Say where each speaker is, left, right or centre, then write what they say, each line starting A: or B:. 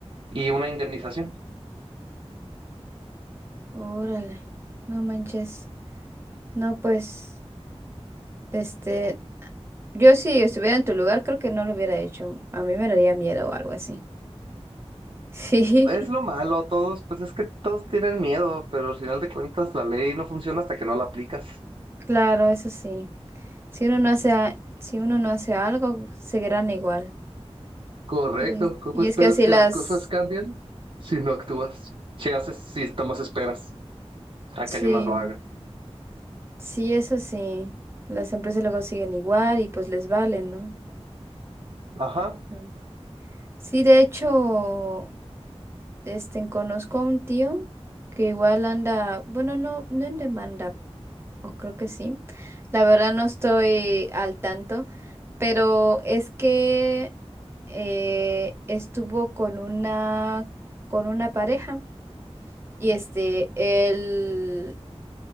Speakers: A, on the right; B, on the right.
A: y una indemnización.
B: Órale. No manches. No, pues, este, Yo si estuviera en tu lugar, creo que no lo hubiera hecho. A mí me daría miedo o algo así. Sí,
A: Es lo malo, todos, pues es que todos tienen miedo, pero al final de cuentas la ley no funciona hasta que no la aplicas.
B: <laughs> claro, eso sí. Si uno no hace, a- si uno no hace algo, seguirán igual.
A: Correcto,
B: Y,
A: ¿cómo
B: y
A: esperas
B: es que así
A: que
B: las,
A: las cosas cambien si no actúas? Si haces, si tomas esperas a
B: sí,
A: que alguien más lo haga.
B: sí, eso sí. Las empresas luego siguen igual y pues les valen, ¿no?
A: Ajá,
B: Mm. Sí, de hecho, este, conozco a un tío que igual anda, bueno, no, no en demanda, O creo que sí. La verdad no estoy al tanto, pero es que eh, estuvo con una con una pareja y este él